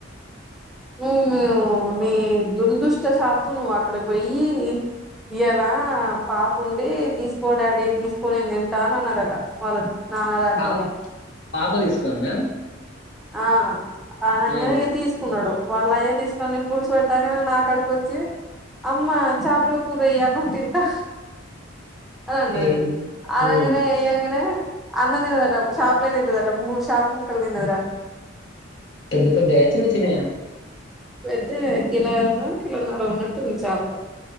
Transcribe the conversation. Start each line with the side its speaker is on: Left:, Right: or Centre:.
Centre: నువ్ నువ్ నీ దురదృష్ట శాత్తు నువు అక్కడ పోయి ఇయలా పాపుండి తీస్కో డాడీ తీస్కో నేన్దింటా అని అన్నదటా వాళన్ నాన్నగారితోనీ
Left: పాప పాప దీస్కందా
Centre: ఆ ఆనంగనే
Left: ఉమ్,
Centre: ఇగ తీస్కున్నాడు వాళ్ళ అయ్యే దీస్కొని పులుసు వెట్టాంగనే నాకడికొచ్చి అమ్మా చాపల కూరెయ్ అన్నం తింటా అని అన్నది
Left: ఏ-
Centre: అనంగానే
Left: ఉమ్,
Centre: ఎయ్యంగానే అన్నం దినదటా షాపలే దింటదట మూడు షాప ముక్కలు తిన్నద్రా
Left: పెద్ద పెద్దయా చిన్న చిన్నయా
Centre: పెద్దయే కిలోనో కిలోన్నర ఉన్నట్టు ఉంది చాప